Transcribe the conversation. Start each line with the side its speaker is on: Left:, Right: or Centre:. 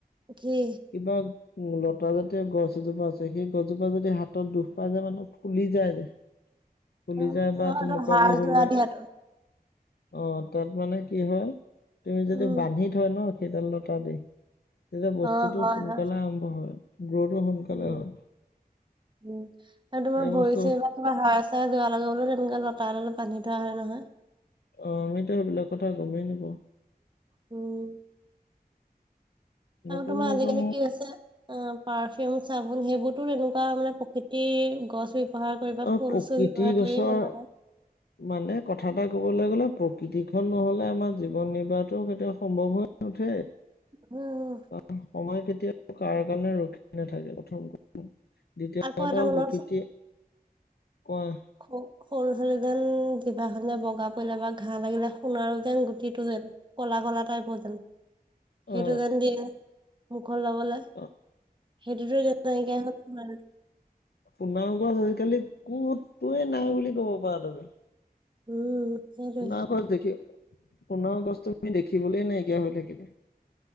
Right: কি
Left: উ লতা জাতীয় গছ এজোপা আছে সেই গছজোপা যদি হাতত দুখ পাই যে মানে ফুলি যায় যে। ফুলি
Right: অ
Left: যায় বা
Right: অ
Left: তেনেকুৱাবোৰ
Right: হাড়
Left: হলে
Right: যোৰা দিয়া তো।
Left: অ তাত মানে কি হয়, তুমি যদি
Right: উম
Left: বান্ধি থয় ন- সেইডাল লতা দি, তেতিয়া বস্তুটো
Right: অ হয়
Left: সোনকালে
Right: হয়
Left: আৰম্ভ হয় গ্ৰতো সোনকালে।
Right: উম,
Left: হয়
Right: উম আৰু তোমাৰ
Left: এই
Right: ভৰি
Left: বস্তুত
Right: চৰি- বা হাৰ চাৰ যোৰা লগাবলে তেনেকুৱা লতা এডাল বান্ধি থোৱা হয় নহয়।
Left: অ আমিতো সেইবিলাক কথা গমেই নাপাওঁ।
Right: উম।
Left: নতুন
Right: আৰু তোমাৰ
Left: নতুন
Right: আজিকালি কি হৈছে। অ পাৰফিউম চাবোন সেইবোৰতো তেনেকুৱা মানে প্ৰকৃতিৰ গছ- ব্যৱহাৰ কৰি বা
Left: অ
Right: খৰি
Left: প্ৰকৃতি
Right: চৰি ব্যৱহাৰ
Left: গছৰ
Right: কৰিয়ে বনোৱা হয়।
Left: মানে কথা এটা ক'বলৈ গ'লে প্ৰকৃতি খন নহলে আমাৰ জীৱন নিৰ্বাহটোও কেতিয়া সম্ভৱ হয় - নুঠে।
Right: উম।
Left: অহ সময় কেতিয়াও কাৰ কাৰণে ৰখি নাথাকে প্ৰথম। দ্বিতীয়তে
Right: আকৌ এটা মনত
Left: প্ৰকৃতিয়ে কয়।
Right: অ। সৰু ছোৱালী যেন জিভাখনে বগা পৰিলে বা ঘাঁহ লাগিলে সোণাৰো যেন গুটিটো যেন- কলা কলা টাইপৰ যেন, সেইটো
Left: অ
Right: যেন দিয়ে মুখত লবলে।
Left: অ
Right: সেইটোত যে নাই কিয়া হৈছে।
Left: সোনাও গছ আজিকালি কতটোৱে নাই বুলি ক'ব পৰা তুমি।
Right: উম সেইটোৱে
Left: সোণাৰু গছ দেখি, সোণাৰু গছ তুমি দেখিবলৈ নাইকিয়া হৈ থাকিলে।